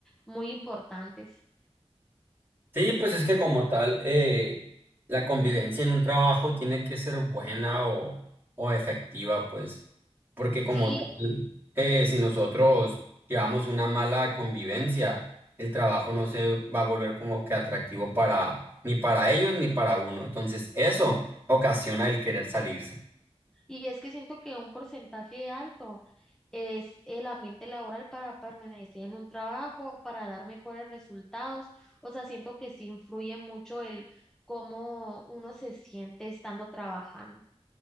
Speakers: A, in the centre; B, on the right (about 20°).
A: muy importantes.
B: Sí, pues es que como tal, eh, la convivencia en un trabajo tiene que ser buena o, o efectiva, pues, porque como
A: Sí,
B: tal, eh, si nosotros llevamos una mala convivencia, el trabajo no se va a volver como que atractivo para ni para ellos ni para uno. Entonces, eso
A: sí.
B: ocasiona el querer salirse.
A: Y es que siento que un porcentaje alto es el ambiente laboral para permanecer en un trabajo, para dar mejores resultados. O sea, siento que sí influye mucho el cómo uno se siente estando trabajando.